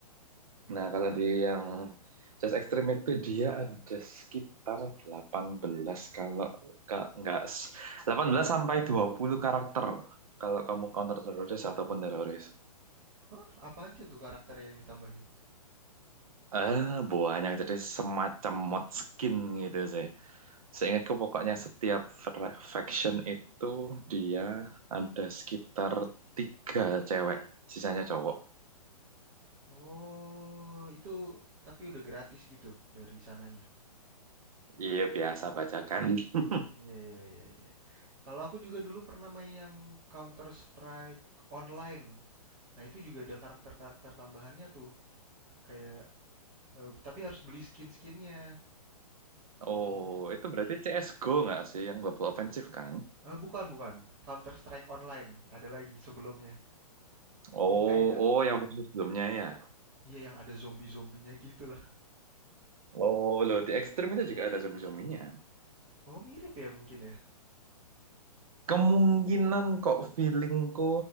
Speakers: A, on the right; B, on the right.
A: Nah, kalau di yang CS Extreme itu dia ada sekitar 18 kalau ka- nggak s- 18 sampai 20 karakter kalau kamu counter teroris ataupun teroris.
B: Hah, apa aja tuh karakter yang ditambahin?
A: eh buahnya jadi semacam mod skin gitu sih. Seingatku pokoknya setiap fra- faction itu dia ada sekitar tiga cewek, sisanya cowok.
B: Oh, itu tapi udah gratis gitu dari sananya?
A: Iya biasa bacakan. <laughs>
B: Iya, iya, iya, iya. Kalau aku juga dulu pernah main yang Counter Strike online. Nah, itu juga ada karakter-karakter tambahannya tuh. Kayak eh, tapi harus beli skin-skinnya.
A: Oh
B: Jadinya
A: itu berarti CSGO nggak sih yang global offensive kan?
B: eh bukan, bukan. Counter Strike online ada lagi sebelumnya.
A: Oh
B: Ini kayak
A: oh yang versi sebelumnya ya.
B: iya yang ada zombie-zombinya <laughs> gitu lah.
A: Oh loh di ekstrim itu juga ada zombie-zombinya.
B: Oh, mirip ya mungkin ya.
A: Kemungkinan kok feelingku